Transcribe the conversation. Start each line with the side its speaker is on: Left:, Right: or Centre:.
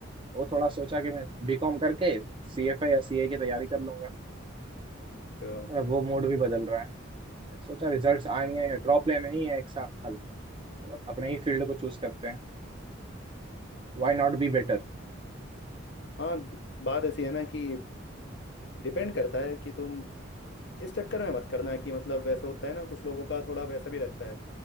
Right: वो थोड़ा सोचा कि मैं बीकॉम करके सीएफए या सीए की तैयारी कर लूंगा
Left: अच्छा।
Right: और अब वो मूड भी बदल रहा है सोचा रिजल्ट्स आएंगे ड्रॉप लेना ही है एक साल तो अपने ही फील्ड को चूज करते हैं व्हाई नॉट बी बेटर
Left: हाँ द- बात ऐसी है ना कि डिपेंड करता है कि तुम इस चक्कर में मत करना कि मतलब वैसे होता है ना कुछ लोगों का थोड़ा वैसा भी रहता है